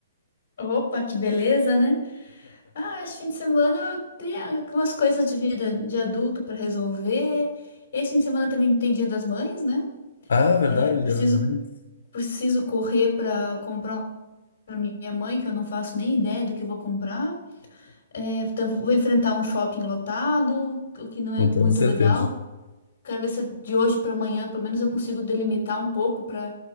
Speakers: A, on the left; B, on the left.
A: Opa, que beleza, né? Ah, esse fim de semana eu tenho algumas coisas de vida de adulto para resolver. Esse fim de semana também tem Dia das Mães, né?
B: Ah, verdade,
A: É, preciso,
B: Dia das Mães.
A: preciso correr para comprar uma minha mãe, que eu não faço nem ideia do que eu vou comprar. É, então vou enfrentar um shopping lotado, o que não é
B: Com toda
A: muito
B: certeza.
A: legal. Quero ver se de hoje para amanhã, pelo menos eu consigo delimitar um pouco para